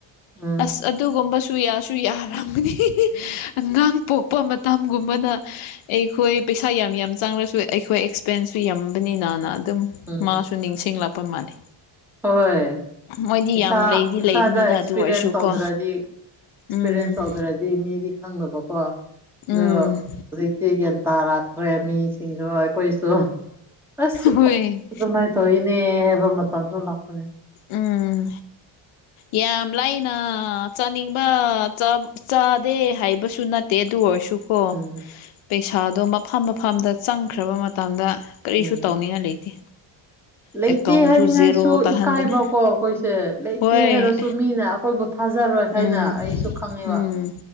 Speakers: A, in the centre; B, on the left.
A: ꯎꯝ
B: ꯑꯁ ꯑꯗꯨꯒꯨꯝꯕꯁꯨ ꯌꯥꯁꯨ ꯌꯥꯔꯝꯒꯅꯤ ꯑꯉꯥꯡ ꯄꯣꯛꯄ ꯃꯇꯝꯒꯨꯝꯕꯗ ꯑꯩꯈꯣꯏ ꯄꯩꯁꯥ ꯌꯥꯝ ꯌꯥꯝ ꯆꯪꯉꯁꯨ ꯑꯩꯈꯣꯏ ꯑꯦꯛꯁꯄꯦꯟꯁꯁꯨ ꯌꯥꯝꯕꯅꯤꯅꯅ ꯑꯗꯨꯝ
A: ꯎꯝ
B: ꯃꯥꯁꯨ ꯅꯤꯡꯁꯤꯡꯂꯛꯄ ꯃꯥꯜꯂꯦ
A: ꯍꯣꯏ
B: ꯃꯣꯏꯗꯤ
A: ꯏꯁꯥ
B: ꯌꯥꯝ ꯂꯩꯗꯤ
A: ꯏꯁꯥꯗ
B: ꯂꯩꯕꯅꯤꯗ
A: ꯑꯦꯛꯁꯄꯤꯔꯤꯌꯦꯟꯁ
B: ꯑꯗꯨ ꯑꯣꯏꯔꯁꯨꯀꯣ
A: ꯇꯧꯗ꯭ꯔꯗꯤ ꯑꯦꯛꯁꯄꯤꯔꯤꯌꯦꯟꯁ
B: ꯎꯝ
A: ꯇꯧꯗ꯭ꯔꯗꯤ ꯃꯤꯗꯤ ꯈꯪꯅꯕꯀꯣ ꯑꯗꯣ
B: ꯎꯝ
A: ꯍꯧꯖꯤꯛ ꯁꯤ ꯒ꯭ꯌꯥꯟ ꯇꯥꯔꯛꯈ꯭ꯔꯦ ꯃꯤꯁꯤꯡꯁꯨ ꯑꯩꯈꯣꯏꯁꯨ ꯑꯁ
B: ꯍꯣꯏ
A: ꯑꯗꯨꯃꯥꯏꯅ ꯇꯧꯋꯤꯅꯦ ꯍꯥꯏꯕ ꯃꯇꯝꯁꯨ ꯂꯥꯛꯄꯅꯦ
B: ꯎꯝ ꯌꯥꯝ ꯂꯥꯏꯅ ꯆꯠꯅꯤꯡꯕ ꯆ ꯆꯥꯗꯦ ꯍꯥꯏꯕꯁꯨ ꯅꯠꯇꯦ ꯑꯗꯨ ꯑꯣꯏꯔꯁꯨ ꯀꯣ
A: ꯎꯝ
B: ꯄꯩꯁꯥꯗꯣ ꯃꯐꯝ ꯃꯐꯝꯗ ꯆꯪꯈ꯭ꯔꯕ ꯃꯇꯝꯗ ꯀꯔꯤꯁꯨ
A: ꯎꯝ
B: ꯇꯧꯅꯤꯡꯉꯥꯏ ꯂꯩꯇꯦ
A: ꯂꯩꯇꯦ
B: ꯑꯦꯀꯥꯎꯟꯁꯨ
A: ꯍꯥꯏꯅꯤꯡꯉꯥꯏꯁꯨ
B: ꯖꯦꯔꯣ ꯇꯥꯍꯟꯕꯅꯦ
A: ꯏꯀꯥꯏꯕꯀꯣ ꯑꯩꯈꯣꯏꯁꯦ ꯂꯩꯇꯦ
B: ꯍꯣꯏ
A: ꯍꯥꯏꯔꯁꯨ ꯃꯤꯅ ꯑꯩꯈꯣꯏꯕꯨ ꯊꯥꯖꯔꯣꯏ
B: ꯎꯝ
A: ꯍꯥꯏꯅ ꯑꯩꯁꯨ ꯈꯪꯉꯦꯕ
B: ꯎꯝ